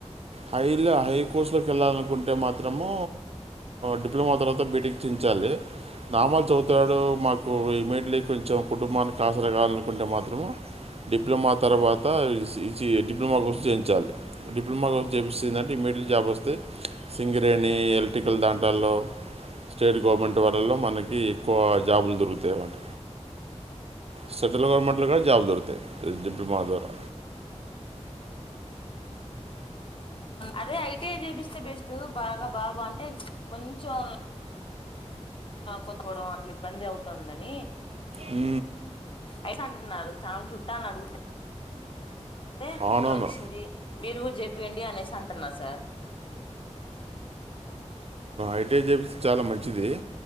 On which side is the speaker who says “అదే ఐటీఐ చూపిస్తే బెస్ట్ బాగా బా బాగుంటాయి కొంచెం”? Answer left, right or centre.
Left